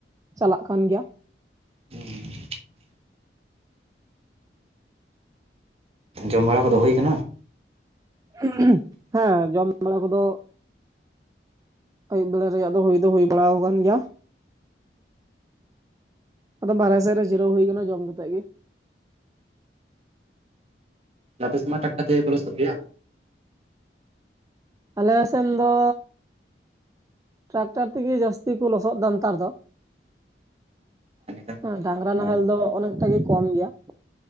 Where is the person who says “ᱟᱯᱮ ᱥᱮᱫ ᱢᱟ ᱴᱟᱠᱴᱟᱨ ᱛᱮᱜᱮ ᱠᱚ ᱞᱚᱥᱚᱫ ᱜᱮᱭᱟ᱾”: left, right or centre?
Right